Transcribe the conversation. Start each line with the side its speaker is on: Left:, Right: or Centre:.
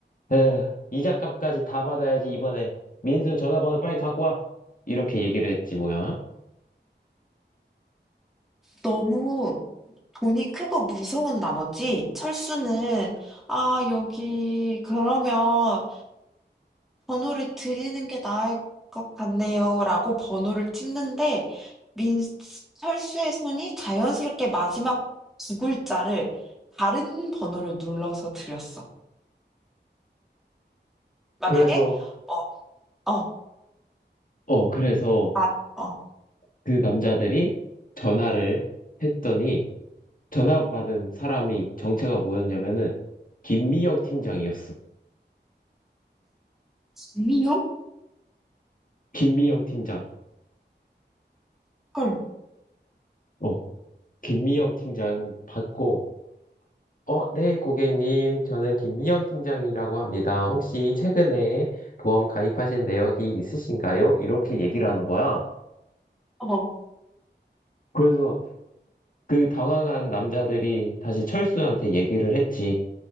Left: 에휴, 이자값까지 다 받아야지 이번에. 민수 전화번호 빨리 갖고 와. 이렇게 얘기를 했지 뭐야.
Centre: 너무 돈이 크고 무서운 나머지 철수는 아, 여기 그러면 번호를 드리는 게 나을 것 같네요라고 번호를 찍는데 민철수의 손이 자연스럽게 마지막 두 글자를 다른 번호를 눌러서 드렸어. 만약에
Left: 그래서
Centre: 어, 어,
Left: 어, 그래서
Centre: 만, 어,
Left: 그 남자들이 전화를 했더니 전화받은 사람이 정체가 뭐였냐면은 김미영 팀장이었어.
Centre: 김이영?
Left: 김미영 팀장.
Centre: 헐,
Left: 어, 김미영 팀장 받고 어, 네, 고객님. 저는 김미영 팀장이라고 합니다. 혹시 최근에 보험 가입하신 내역이 있으신가요? 이렇게 얘기를 하는 거야.
Centre: 어,
Left: 그래서 그 당황한 남자들이 다시 철수한테 얘기를 했지.